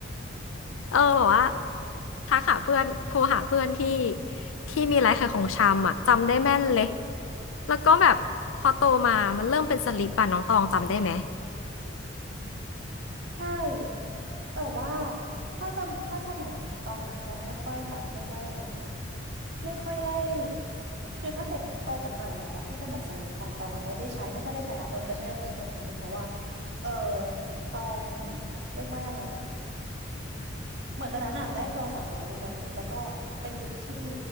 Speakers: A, on the left; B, on the right.
A: <laughs> เออบอกว่าทักหาเพื่อนโทรหาเพื่อนที่ที่มีร้านขายของชำอะจำได้แม่นเลยแล้วก็แบบพอโตมามันเริ่มเป็นสลิปป่ะน้องตองจำได้ไหม
B: ใช่แต่ว่าถ้าสมถ้าสมัยเนี้ยตองอ่ะจะไม่ค่อยแบบเรียกว่ายังไงอ่ะไม่ค่อยได้คือถ้าเกิดโตกว่าหน่อยแล้วอะที่เป็นแบบสลิปปะตองอ่ะไม่ได้ใช้ไม่ค่อยได้ใช้แล้วเหมือนเคยใช้ครั้งสองครั้งเองเพราะว่าเออตองเรียกว่ายังไงอ่ะเหมือนตอนนั้นอะได้โทรศัพท์แล้วด้วยแล้วก็เป็นยุคที่